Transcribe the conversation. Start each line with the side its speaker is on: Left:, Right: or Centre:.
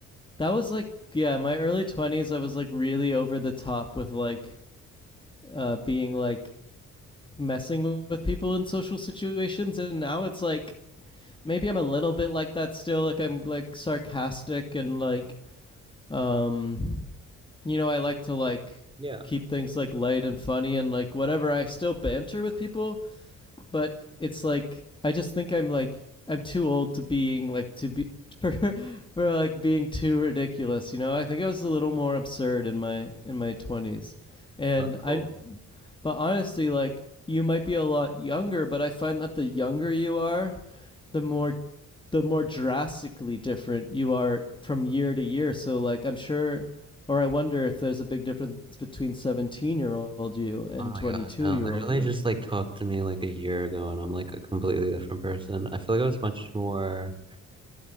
Left: that was like yeah, my early 20s I was like really over the top with like uh being like messing with people in social situations and now it's like maybe I'm a little bit like that still like I'm like sarcastic and like um you know, I like to like
Right: Yeah.
Left: keep things like light and funny and like whatever I still banter with people but it's like I just think I'm like I'm too old to being like to be <laughs> for, like being too ridiculous. You know, I think I was a little more absurd in my in my twenties, and
Right: Oh,
Left: I.
Right: cool.
Left: But honestly, like you might be a lot younger, but I find that the younger you are, the more the more drastically different you are from year to year. So like I'm sure or I wonder if there's a big difference between 17 year old you and
Right: Oh my
Left: 22
Right: God, no,
Left: year
Right: literally
Left: old you.
Right: just like talked to me like a year ago and I'm like a completely different person. I feel like I was much more,